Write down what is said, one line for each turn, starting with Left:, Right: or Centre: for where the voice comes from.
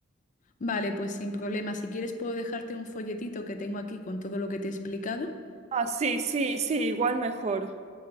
Left: Vale, pues sin problema. Si quieres puedo dejarte un folletito que tengo aquí con todo lo que te he explicado.
Right: Ah, sí, sí, sí, igual mejor.